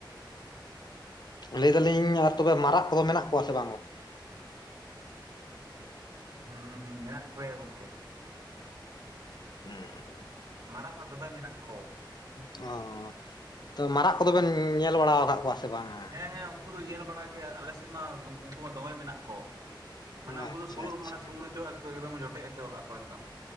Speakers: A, on the left; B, on the right.
A: ᱞᱟᱹᱭ ᱫᱟᱞᱤᱧ ᱟᱨ ᱛᱚᱵᱮ ᱢᱟᱨᱟᱜ ᱠᱚᱫᱚ ᱢᱮᱱᱟᱜ ᱠᱚᱣᱟ ᱥᱮ ᱵᱟᱝ ᱜᱚᱝᱠᱮ
B: ᱦᱩᱸ ᱦᱩᱸ ᱢᱮᱱᱟᱜ ᱠᱚᱜᱮᱭᱟ ᱜᱚᱝᱠᱮ᱾
A: <inaudible>
B: ᱢᱟᱨᱟᱜ ᱢᱟ ᱫᱚᱵᱮ ᱢᱮᱱᱟᱜ ᱠᱚ᱾
A: ᱚᱸ ᱛᱚ ᱢᱟᱨᱟᱜ ᱠᱚᱫᱚ ᱵᱮᱱ ᱧᱮᱞ ᱵᱟᱲᱟ ᱟᱠᱟᱫ ᱠᱚᱣᱟ? ᱥᱮ ᱵᱟᱝᱟ
B: ᱦᱮᱸ ᱦᱮᱸ ᱩᱱᱠᱩ ᱫᱚ ᱧᱮᱞ ᱵᱟᱲᱟ ᱜᱮ ᱟᱞᱮ ᱥᱮᱫ ᱢᱟ ᱩᱱᱠᱩ ᱢᱟ ᱫᱚᱢᱮ ᱢᱮᱱᱟᱜ ᱠᱚ᱾ ᱢᱟᱱᱮ
A: ᱟᱪᱪᱷᱟ
B: ᱩᱱᱠᱩ ᱫᱚ ᱥᱩᱨ
A: ᱟᱪᱪᱷᱟ
B: ᱢᱟᱱᱮ ᱥᱩᱨ ᱚᱪᱚᱣᱟᱜ ᱮᱠᱫᱚᱢ ᱡᱚᱴᱮᱫ ᱚᱪᱚᱣᱟᱜᱼᱟ ᱠᱚ ᱮᱠᱫᱚᱢ᱾